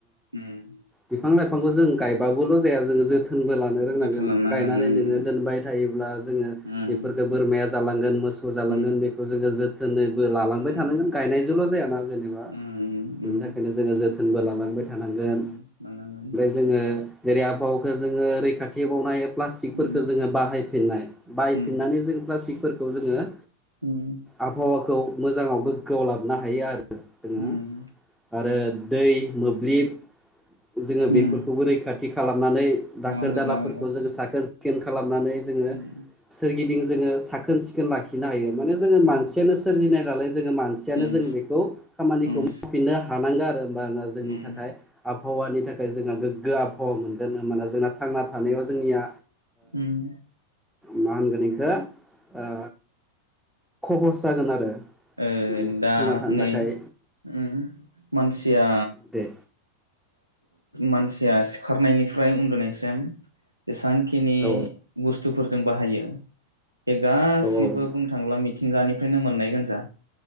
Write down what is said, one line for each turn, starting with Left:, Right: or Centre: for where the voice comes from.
Right: उम
Centre: बिफां लाइफांखौ जों गायबाबल' जाया जोंङो जोथोन थोनबो लानो रोंनांगोन
Right: जोथोन लानांगोन
Centre: गायनानै नोंङो दोनबाय थायोब्ला जोंङो
Right: उम
Centre: बेफोरखो बोरमाया जालांगोनो गोसो जालांगोन
Right: उम
Centre: बेखौ जोंङो जो जोथोनैबो लालांबाय
Right: उम
Centre: थानांगोन गायनायजोंल' जायाना जेनेबा
Right: उम
Centre: बिनि
Right: उम
Centre: थाखायनो जोंङो जोथोनबो ला लांबाय थानांगोन
Right: उम लानांगोन
Centre: जोंङो जेरै आबहावाखौ जोंङो रैखाथिहोबावनाय प्लास्टिकफोरखौ
Right: उम
Centre: जोङो बाहायफिननाय बाहायफिननानै
Right: उम
Centre: जोंङो प्लास्टिकफोरखौ जोंङो
Right: उम
Centre: आबहावाखौ मोजाङाव गोग्गोआव लाबोनो हायो आरो जोंङो
Right: उम
Centre: आरो दै मोब्लिब जोंङो
Right: उम
Centre: बेफोरखौबो रैखाथि खालामो खालामनानै दाखोर
Right: खालामजोबनांगोन
Centre: दालाफोरखौ
Right: गासै
Centre: जोंङो साखोन सिखोन खालामनानै जोंङो
Right: उम
Centre: सोरगिदिं जोंङो साखोन सिखोन लाखिनो हायो माने जोंङो
Right: उम
Centre: मानसियानो सोरजिनाय नलाय जोंङो मानसियानो
Right: उम
Centre: जों बेखौ खामानिखौ
Right: उम
Centre: माव हानांगोन आरो हबा जोंनि
Right: उम
Centre: थाखाय आबहावानि थाखाय जोंहा गोग्गो आबहावा मोनगोन माना जोंना थांना थानायाव जोंनिया
Right: उम
Centre: मा होनगोन बेखौ ओ खहस जागोन आरो
Right: ओ
Centre: माने
Right: दा
Centre: थांना थानो
Right: नै
Centre: थाखाय
Right: ओहो मानसिया
Centre: दे
Right: मानसिया सिखारनायनिफ्राय उन्दुनायसिम एसां खिनि
Centre: औ
Right: बुस्थुफोरजों बाहायो बे गासैबो
Centre: औ औ
Right: बुंनो थाङोब्ला मिथि गानिफ्रायनो मोननाय गोजा